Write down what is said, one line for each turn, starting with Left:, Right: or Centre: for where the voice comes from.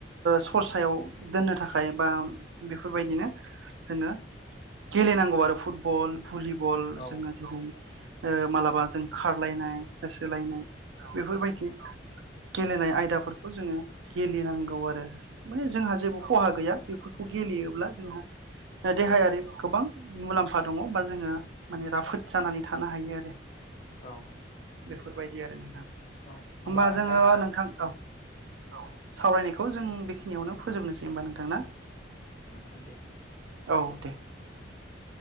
Right: सरसायाव दोननो थाखाय बा बेफोरबायदिनो जोङो गेलेनांगौ आरो फुटबल भलिबल
Left: औ
Right: जोङो जेरै मालाबा जों खारलायनाय होसोलायनाय बेफोरबायदि गेलेनाय आयदाफोरखौ जोङो गेलेनांगौ आरो। माने जोंहा जेबो खहा गैया बेफोरखौ गेलेयोब्ला जोंहा देहायारि
Left: औ
Right: गोबां मुलाम्फा दङ बा जोङो माने राफोद जानानै थानो हायो आरो।
Left: औ।
Right: बेफोरबायदि आरो नोंथां
Left: औ
Right: होमबा जोङो
Left: दा बे समाव
Right: नोंथां औ। औ सावरायनायखौ जों बेखिनियावनो फोजोबनोसै होम्बा नोंथां ना?
Left: थां दे नोंथां।
Right: औ दे।
Left: उम